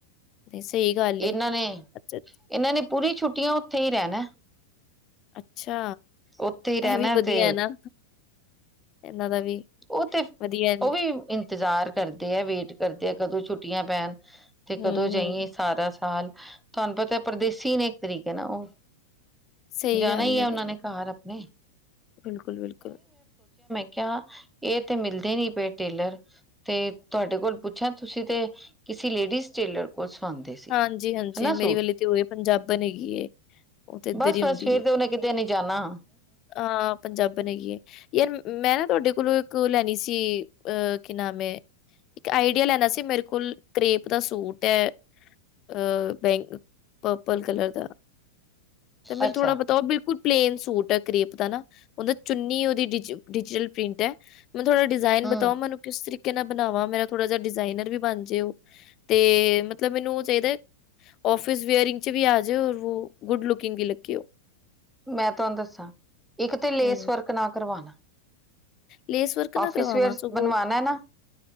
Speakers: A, on the left; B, in the centre.
A: ਨਹੀਂ ਸਹੀ ਗੱਲ ਏ
B: ਇਹਨਾਂ ਨੇ
A: ਅੱਛਾ-ਅੱਛਾ।
B: ਇਹਨਾਂ ਨੇ ਪੂਰੀ ਛੁੱਟੀਆਂ ਉੱਥੇ ਹੀ ਰਹਿਣਾ
A: ਅੱਛਾ,
B: ਉੱਥੇ ਹੀ ਰਹਿਣਾ
A: ਇਹ ਵੀ ਵਧੀਆ
B: ਤੇ
A: ਹੈ ਨਾ ਇਹਨਾਂ ਦਾ ਵੀ
B: ਉਹ ਤੇ
A: ਵਧੀਆ
B: ਉਹ ਵੀ ਇੰਤਜ਼ਾਰ ਕਰਦੇ ਹੈ ਵੇਟ ਕਰਦੇ ਆ ਕਦੋਂ ਛੁੱਟੀਆਂ ਪੈਣ ਤੇ
A: ਹੂੰ-ਹੂੰ,
B: ਕਦੋਂ ਜਾਈਏ ਸਾਰਾ ਸਾਲ ਤੁਹਾਨੂੰ ਪਤਾ ਹੈ ਪਰਦੇਸੀ ਨੇ ਇੱਕ ਤਰੀਕੇ ਨਾ ਉਹ
A: ਸਹੀ
B: ਜਾਣਾ
A: ਗੱਲ
B: ਹੀ ਹੈ
A: ਏ
B: ਉਹਨਾਂ
A: ਨਹੀਂ
B: ਨੇ ਘਰ ਆਪਣੇ।
A: ਬਿਲਕੁਲ-ਬਿਲਕੁਲ।
B: ਕਿਆ ਇਹ ਤੇ ਮਿਲਦੇ ਨੀ ਪਏ ਟੇਲਰ। ਤੇ ਤੁਹਾਡੇ ਕੋਲ ਪੁੱਛਿਆ ਤੁਸੀ ਤੇ ਕਿਸੇ ਲੇਡੀਜ਼ ਟੇਲਰ ਉਹ ਸੁਦੇ ਸੀ।
A: ਹਾਂਜੀ-ਹਾਂਜੀ।
B: ਹਨਾ
A: ਮੇਰੀ
B: ਸੂਟ
A: ਵਾਲੀ ਤੇ ਉਹ ਇਹ ਪੰਜਾਬ ਹੈਗੀ ਏ। ਉਹ ਤੇ ਇੱਧਰ
B: ਬਸ-ਬਸ
A: ਹੀ ਹੁੰਦੀ
B: ਫੇਰ
A: ਏ।
B: ਤੇ ਉਹਨੇ ਕਿਤੇ ਨੀ ਜਾਣਾ।
A: ਹਾਂ, ਪੰਜਾਬਣ ਹੈਗੀ ਹੈ ਯਾਰ ਮੈਂ ਨਾ ਤੁਹਾਡੇ ਕੋਲੋਂ ਇੱਕ ਲੈਣੀ ਸੀ ਅਹ ਕੀ ਨਾਮ ਐ ਇੱਕ ਆਈਡੀਆ ਲੈਣਾ ਸੀ ਮੇਰੇ ਕੋਲ ਕਰੇਪ ਦਾ ਸੂਟ ਏ ਅ ਬੈਂ ਪਰਪਲ ਕਲਰ ਦਾ ਤੇ ਮੈਨੂੰ
B: ਅੱਛਾ
A: ਥੋੜਾ ਬਤਾਉ ਵੀ ਕੋਈ ਪਲੇਨ ਸੂਟ ਐ ਕਰੇਪ ਦਾ ਨਾ ਉਹਦਾ ਚੁੰਨੀ ਉਹਦੀ ਡਿ ਡਿਜੀਟਲ ਪ੍ਰਿੰਟ ਮਤਲਬ ਥੋੜਾ ਡਿਜ਼ਾਇਨ
B: ਹਮ
A: ਬਤਾਓ ਮੈਨੂੰ ਕਿਸ ਤਰੀਕੇ ਨਾਲ ਬਣਾਵਾ ਮੇਰਾ ਥੋੜਾ ਜਿਹਾ ਡਿਜ਼ਾਇਨਰ ਵੀ ਬਣ ਜੇ ਉਹ ਤੇ ਮਤਲਬ ਮੈਨੂੰ ਚਾਹੀਦਾ। ਔਫਿਸ ਵੇਅਰਿੰਗ ਚ ਵੀ ਆ ਜਾਏ ਰ ਗੁੱਡ ਲੁਕਿੰਗ ਵੀ ਲੱਗੀ ਹੋ।
B: ਮੈਂ ਤੁਹਾਨੂੰ ਦੱਸਾਂ ਇੱਕ ਤੇ ਲੇਸ
A: ਹੂੰ,
B: ਵਰਕ ਨਾ ਕਰਵਾਣਾ
A: ਲੇਸ ਵਰਕ ਨਾ
B: ਆਫਿਸ
A: ਕਰਵਾਵਾਂ
B: ਵੇਅਰ
A: ਸਗੋਂ
B: ਬਣਵਾਨਾ ਐ ਨਾ।